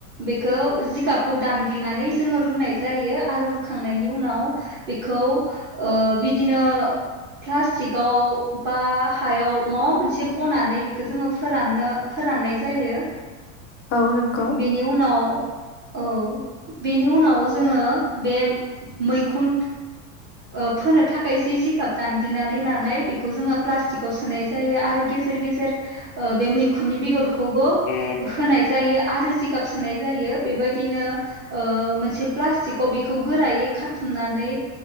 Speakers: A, on the right; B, on the left.
A: बेखौ जिगाब खौ दानग्लिनानै जोङो रुनाय जायो आरो रुखांनायनि उनाव बेखौ ओ बिदिनो प्लास्टिकआव बा हायाव माबा मोनसे बनानै बेखौ जोङो फोराननो फोराननाय जायो।
B: औ नंगौ
A: बिनि उनाव औ, बेनि उनाव जोङो बे मैखुन ओ फोनो थाखाय जि जिखाब दानग्लिनानै लानाय बेखौ जोङो प्लास्टिकाव सोनाय जायो आरो गेजेर गेजेर ओ बे मैखुननि बेगर खौबो
B: औ
A: होनाय जायो आ आरो जिगाब सोनाय जायो बेबाय दिनो ओ मोनसे प्लास्टिकआव बेखौ गोरायै खाथुमनानै